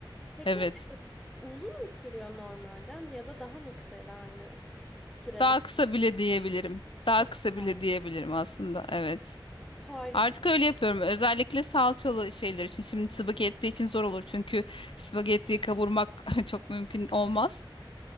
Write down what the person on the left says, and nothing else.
Evet.
Daha kısa bile diyebilirim. Daha
kısa
bile diyebilirim aslında. Evet.
Artık öyle yapıyorum. Özellikle salçalı şeyler için. Şimdi spagetti için zor olur. Çünkü spagettiyi kavurmak <laughs> çok mümkün olmaz.